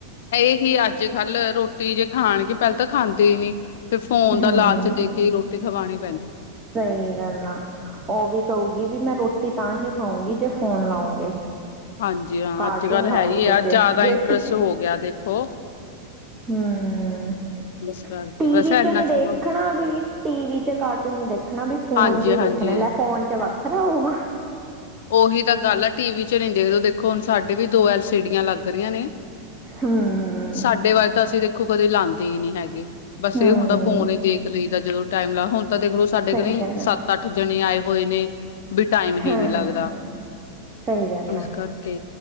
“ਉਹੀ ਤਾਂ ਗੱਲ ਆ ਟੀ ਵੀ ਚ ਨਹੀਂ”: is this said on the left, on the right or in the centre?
Left